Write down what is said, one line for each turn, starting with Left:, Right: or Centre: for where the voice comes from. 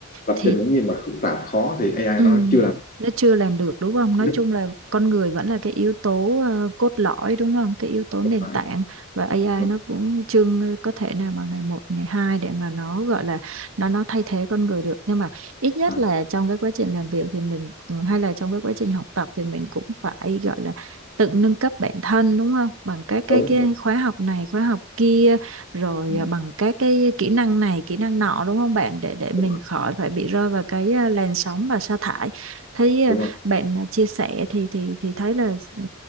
Left: lập
Right: Thì
Left: trình những gì mà phức tạp khó thì AI
Right: Ừ,
Left: nó chưa làm
Right: nó chưa làm được đúng không? Nói
Left: được
Right: chung là con người vẫn là cái yếu tố ờ, cốt lõi đúng không? Cái yếu tố nền
Left: à,
Right: tảng và AI
Left: đúng,
Right: nó cũng chưa có thể nào mà ngày một, ngày hai để mà nó gọi là nó nó thay thế con người được. Nhưng mà ít nhất
Left: à,
Right: là trong cái quá trình làm việc thì mình ừ, hay là trong cái quá trình học tập thì mình cũng phải gọi là tự nâng cấp bản thân đúng không? Bằng các cái,
Left: đúng
Right: cái
Left: đúng
Right: khóa học này, khóa học kia rồi
Left: ừ,
Right: à, bằng các cái kỹ năng này kỹ năng nọ đúng không bạn để để mình
Left: đúng rồi
Right: khỏi phải bị rơi vào cái à, làn sóng và sa thải thấy à,
Left: đúng rồi
Right: bạn à, chia sẻ thì thì thì thấy là ừ,